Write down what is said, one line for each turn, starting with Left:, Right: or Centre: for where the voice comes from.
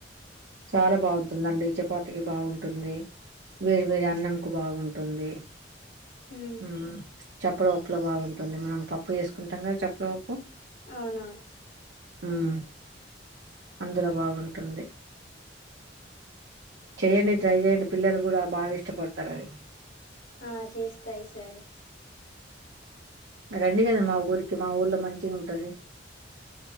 Right: చాల బాగుంటుందండి. చపాతి చపాతికి బాగుంటుంది వేడి వేడి అన్నం కు బాగుంటుంది
Left: ఉమ్
Right: ఉమ్మ్ మ్ చప్పుడు ఉప్పులొ బాగుంటుంది మనం పప్పు జేస్ కుంటం గద చప్పుడు ఉప్పు
Left: ఔనవును
Right: హుమ్ అందులొ బాగుంటుంది. చేయండి ట్రై జేయండి. పిల్లలు గూడ బాగ ఇష్టపడతారు అది,
Left: ఆ చేస్తాయి సరే
Right: రండి కదా మా ఊరికి మా ఊర్లో మంచిగా ఉంటది